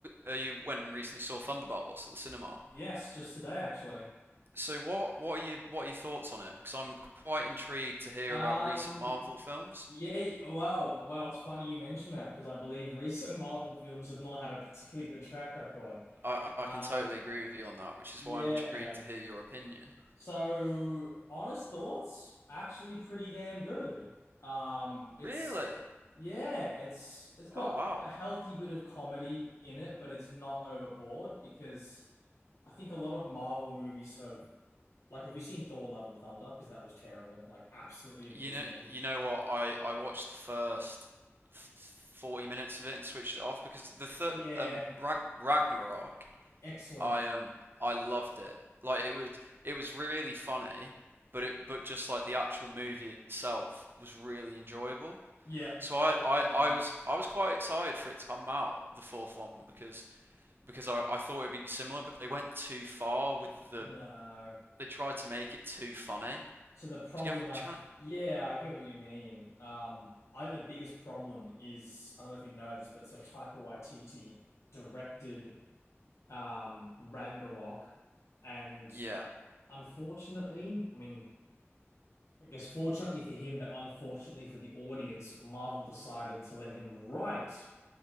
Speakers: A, on the right; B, on the left.
A: uh, you went and recently saw Thunderbolts at the cinema.
B: yes, just today actually.
A: So what what are you what are your thoughts on it? Because I'm quite intrigued to hear
B: Um,
A: about recent Marvel films.
B: yeah, wow, wow. It's funny you mentioned that because I believe <laughs> recent Marvel films have not had a particularly good track record.
A: I I
B: Um,
A: can totally agree with you on that, which is
B: yeah.
A: why I'm intrigued to hear your opinion.
B: So, honest thoughts, actually pretty damn good. Um, it's
A: Really?
B: yeah, it's it's got
A: Oh wow.
B: a healthy bit of comedy in it, but it's not overboard because I think a lot of Marvel movies have like have you seen Thor: Love and Thunder? Because that was terrible, like absolutely abysmal.
A: You know, you know what? I I watched the first 40 minutes of it and switched it off because the third
B: Yeah,
A: um Rag Ragnarok,
B: excellent.
A: I um I loved it. Like it was it was really funny, but it but just like the actual movie itself was really enjoyable.
B: Yeah,
A: So I,
B: great movie.
A: I, I was I was quite excited for it to come out, the fourth one, because because I, I thought it'd be similar, but they went too far with the
B: No.
A: they tried to make it too funny.
B: So the problem
A: Do you
B: I
A: trying?
B: yeah, I get what you mean. Um, I think the biggest problem is I don't know if you know this, but so Taika Waititi directed um Ragnarok and
A: Yeah.
B: unfortunately, I mean, I guess fortunately for him, but unfortunately for the audience, Marvel decided to let him write